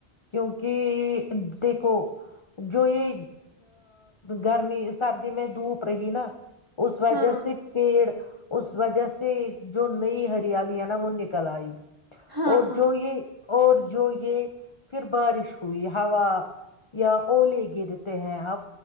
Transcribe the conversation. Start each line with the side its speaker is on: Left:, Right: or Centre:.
Left: کیونکہ دیکھو جو یہ گرمی سردی میں دھوپ رہی نا اس وجہ
Right: ہاں
Left: سے س پیڑ اس وجہ سے جو نئی ہریالی ہے نا وہ نکل آئی
Right: ہاں
Left: اور
Right: ہاں
Left: جو یہ اور جو یہ پھر بارش ہوئی ہوا یا الے گرتے ہیں ہمب